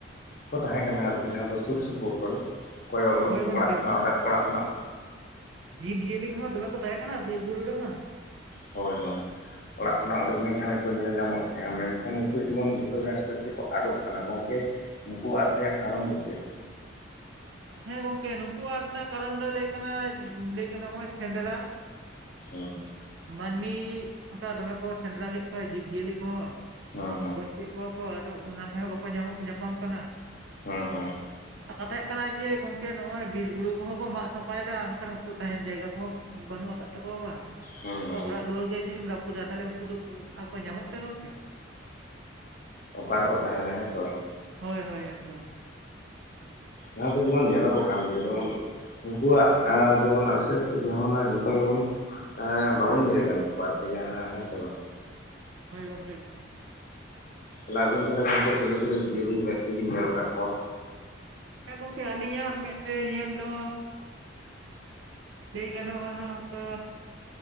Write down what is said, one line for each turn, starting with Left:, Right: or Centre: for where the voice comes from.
Left: ᱠᱚ ᱛᱟᱦᱮᱸᱠᱟᱱᱟ ᱟᱨᱠᱤ ᱡᱟᱦᱟᱸ ᱫᱚ ᱥᱩᱨ ᱥᱩᱯᱩᱨ ᱠᱚ ᱠᱚᱭᱚᱜ ᱩᱰᱩᱠ
Right: ᱦᱳᱭ ᱜᱚᱝᱠᱮ
Left: ᱚᱲᱟᱜ ᱠᱷᱚᱱᱟᱜ ᱚᱠᱟ ᱚᱲᱟᱜ ᱠᱷᱚᱱᱟᱜ,
Right: ᱡᱤᱵᱽᱡᱤᱭᱟᱹᱞᱤ ᱠᱚᱦᱚᱸ ᱫᱚᱢᱮ ᱠᱚ ᱛᱟᱦᱮᱸ ᱠᱟᱱᱟ ᱵᱤᱨ ᱵᱩᱨᱩ ᱨᱮᱢᱟ᱾
Left: ᱦᱚᱭ ᱦᱚᱭ ᱚᱲᱟᱜ ᱠᱷᱚᱱᱟᱜ ᱩᱰᱩᱠ ᱞᱮᱱᱠᱷᱟᱱ ᱜᱮᱠᱚ ᱧᱮᱞ ᱧᱟᱢᱚᱜ ᱛᱟᱦᱮᱸᱜ-ᱟ ᱢᱮᱱᱠᱷᱟᱱ ᱱᱤᱛᱚᱜ ᱡᱮᱢᱚᱱ ᱡᱷᱚᱛᱚ ᱜᱮ ᱟᱥᱛᱮ ᱟᱥᱛᱮ ᱠᱚ ᱟᱫᱚᱜ ᱠᱟᱱᱟ, ᱜᱚᱝᱠᱮ ᱱᱩᱠᱩ ᱟᱫ ᱨᱮᱭᱟᱜ ᱠᱟᱨᱚᱱ ᱫᱚ ᱪᱮᱫ?
Right: ᱦᱮᱸ ᱜᱚᱝᱠᱮ ᱾ ᱱᱩᱠᱩ ᱟᱫ ᱨᱮᱱᱟᱜ ᱠᱟᱨᱚᱱ ᱫᱚ ᱞᱟᱹᱭ ᱠᱟᱱᱟ ᱞᱟᱹᱭ ᱜᱟᱱᱚᱜ ᱱᱚᱜᱼᱚᱭ ᱥᱮᱸᱫᱽᱨᱟ
Left: ᱦᱳᱭ ᱾
Right: ᱢᱟᱹᱱᱢᱤ ᱚᱱᱠᱟ ᱫᱚᱢᱮ ᱠᱚ ᱥᱮᱸᱫᱽᱨᱟ ᱠᱮᱫ ᱠᱚᱣᱟ ᱡᱤᱵᱽᱼᱡᱤᱭᱟᱹᱞᱤ ᱠᱚᱦᱚᱸ
Left: ᱦᱮᱸ
Right: ᱜᱚᱡ ᱠᱮᱫ ᱠᱚᱣᱟ ᱠᱩ ᱠᱚ ᱟᱫᱚ ᱚᱱᱟ ᱛᱮᱦᱚᱸ ᱵᱟᱠᱚ ᱧᱟᱢᱚᱜ ᱧᱟᱯᱟᱢ ᱠᱟᱱᱟ ᱾
Left: ᱦᱮᱸ ᱦᱮᱸ
Right: ᱠᱟᱛᱷᱟᱮᱫ ᱠᱟᱱᱟᱭ ᱡᱮ ᱜᱚᱝᱠᱮ ᱱᱚᱜᱼᱚᱭ ᱵᱤᱨ ᱵᱩᱨᱩ ᱠᱚᱦᱚᱸ ᱠᱚ ᱢᱟᱜ ᱥᱟᱯᱷᱟᱭᱮᱫᱟ ᱢᱮᱱᱠᱷᱟᱱ ᱩᱱᱠᱩ ᱛᱟᱦᱮᱱ ᱡᱟᱭᱜᱟ ᱠᱚᱦᱚᱸ ᱵᱟᱹᱱᱩᱜ ᱟᱠᱟᱫ ᱛᱟᱠᱚᱣᱟ ᱵᱟ
Left: ᱦᱮᱸ
Right: ᱩᱱᱠᱩᱣᱟᱜ
Left: ᱦᱮᱸ
Right: ᱚᱲᱟᱜ ᱫᱩᱣᱟᱹᱨ ᱜᱮ ᱡᱩᱫᱤᱢ ᱨᱟᱹᱯᱩᱫᱟ ᱛᱟᱦᱚᱞᱮ ᱩᱱᱠᱩ ᱫᱚ ᱟᱨ ᱠᱚ ᱧᱟᱢᱚᱜ ᱛᱮ ᱜᱚᱝᱠᱮ
Left: ᱚᱠᱟ ᱨᱮᱠᱚ ᱛᱟᱦᱮᱱᱟ ᱦᱮᱸ ᱥᱮ ᱵᱟᱝ
Right: ᱦᱳᱭ ᱦᱳᱭ ᱮᱠᱫᱚᱢ,
Left: ᱡᱟᱦᱟᱸ ᱫᱚ ᱡᱮᱢᱚᱱ ᱧᱮᱞᱚᱜᱚᱜ ᱠᱟᱱ ᱜᱮᱭᱟ ᱡᱮᱢᱚᱱ ᱩᱱᱠᱩᱣᱟᱜ ᱡᱮᱢᱚᱱ ᱟᱥᱛᱮ ᱟᱥᱛᱮ ᱡᱟᱦᱟᱱᱟᱜ ᱡᱷᱚᱛᱚ ᱜᱮᱵᱚᱱ ᱦᱮᱸ ᱵᱟᱵᱚᱱ ᱧᱮᱞ ᱧᱟᱢᱮᱫ ᱠᱚᱣᱟ ᱟᱨᱠᱤ ᱡᱟᱦᱟᱸ ᱦᱮᱸ ᱥᱮ ᱵᱟᱝ
Right: ᱦᱳᱭ ᱜᱚᱝᱠᱮ ᱾
Left: ᱛᱟᱦᱚᱞᱮ ᱟᱵᱤᱱ ᱛᱟᱦᱚᱞᱮ ᱜᱚᱝᱠᱮ ᱪᱤᱞᱤ ᱪᱤᱞᱤ ᱡᱤᱭᱟᱹᱞᱤ ᱢᱮᱫ ᱛᱮᱵᱤᱱ ᱧᱮᱞ ᱟᱠᱟᱫ ᱠᱚᱣᱟ?
Right: ᱦᱮᱸ ᱜᱚᱝᱠᱮ ᱟᱹᱞᱤᱧᱟᱜ ᱢᱤᱫ ᱛᱮ ᱧᱮᱞ ᱫᱚ ᱞᱟᱹᱭ ᱜᱟᱱᱚᱜᱼᱟ ᱦᱟᱸᱜ ᱚᱱᱠᱟ